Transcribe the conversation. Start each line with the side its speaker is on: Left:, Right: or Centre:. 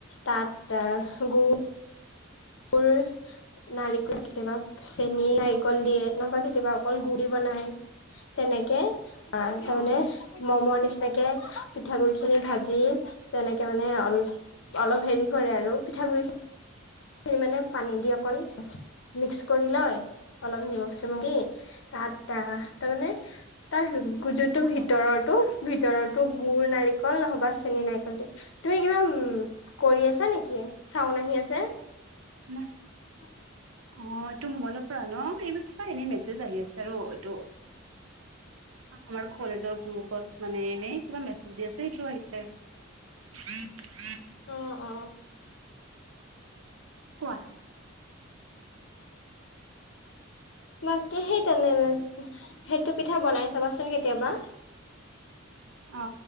Left: তাত অ গুুৰ পুৰুষ নাৰিকল কেতিয়াবা চেনি নাৰিকল দিয়ে নবা কেতিয়াবা অকল গুৰি বনাই তেনেকে আহ তাৰমানে
Right: অ অ
Left: মমৰ নিচিনাকে পিঠাগুৰি খিনি ভাজি তেনেকে মানে অল অলপ হেৰি কৰে আৰু পিঠাগুৰি খিন খিনি মানে পানী দি অকণ মিক্স কৰি লয় অলপ নিমখ চমখ কি তাত আহ তাৰমানে তাৰ যোনটো ভিতৰতো ভিতৰতো গুৰ নাৰিকল নহবা চেন নাৰিকল দি তুমি কিবা উম কৰি আছা নেকি চাওন আহি আছে
Right: ন
Left: উ
Right: অ এইটো মোবাইলৰ পৰা ন এইবোৰ কিবা এনেই মেছেজ আহি আছে আৰু এইটো আমাৰ কলেজৰ গ্ৰুপত মানে এনে কিবা মেছেজ দি আছে সেইটো আহিছে আৰু উম উম
Left: অ অ
Right: কোৱা
Left: বাকী সেই তেনে সেইটো পিঠা বনাই চাবাচোন কেতিয়াবা
Right: অ